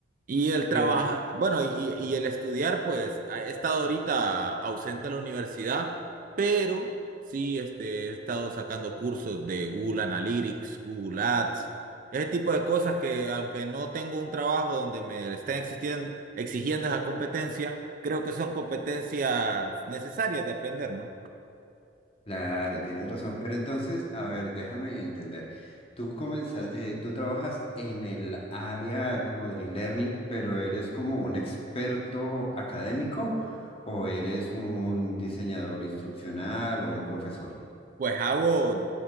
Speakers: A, on the right; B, on the left.
A: Y él trabaja,
B: Pero,
A: bueno, y, y el estudiar, pues, he estado ahorita ausente de la universidad, pero sí, este, he estado sacando cursos de Google Analytics, Google Ads, ese tipo de cosas que, aunque no tengo un trabajo donde me estén existiendo, exigiendo esa competencia, creo que son competencias necesarias de aprender, ¿no?
B: claro, tienes razón. Pero entonces, a ver, déjame entender. Tú comenzas, eh, tú trabajas en el área como del e-learning, pero ¿eres como un experto académico o eres un diseñador instruccional o un profesor?
A: Pues hago